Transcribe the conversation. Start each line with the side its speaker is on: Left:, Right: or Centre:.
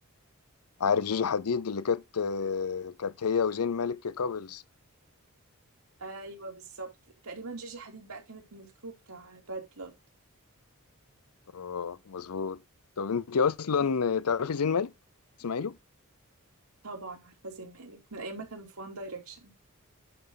Left: عارف جيجي حديد اللي كانت آه، كانت هي وزين مالك كابلز
Right: ايوه بالظبط تقريبا جيجي حديد بقى كانت من الكروب بتاع باد بلود
Left: اه مظبوط طب انت اصلا
Right: اوكي
Left: تعرفي زين مالك تسمعي له
Right: طبعا عارفه زي مالك من ايام ما كانوا في وان دايركشن